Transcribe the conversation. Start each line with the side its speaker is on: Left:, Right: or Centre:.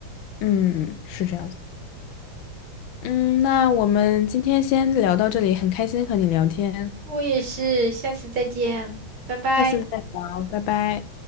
Left: 嗯，是这样子。嗯，那我们今天先聊到这里，很开心和你聊天，
Right: 我也是，下次再见，拜拜。
Left: 下次再聊，拜拜。